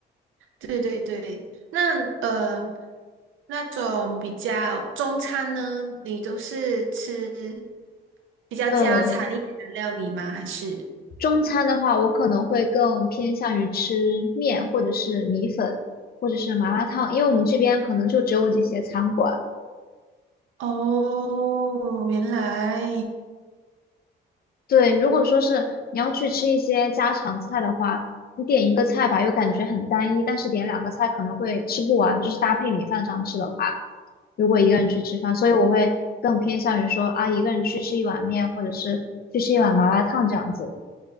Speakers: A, on the right; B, on the left.
A: 对对对，那呃，那种比较中餐呢，你都是吃比较家常一点的料理吗？
B: 呃，
A: 还是？
B: 中餐的话，我可能会更偏向于吃面，或者是米粉，或者是麻辣烫，因为我们这边可能就只有这些餐馆。
A: 哦，原来，
B: 对，如果说是你要去吃一些家常菜的话，你点一个菜吧，又感觉很单一，但是点两个菜可能会吃不完，就是搭配米饭上吃的话。如果一个人去吃饭，所以我会更偏向于说啊，一个人去吃一碗面，或者是去吃一碗麻辣烫这样子。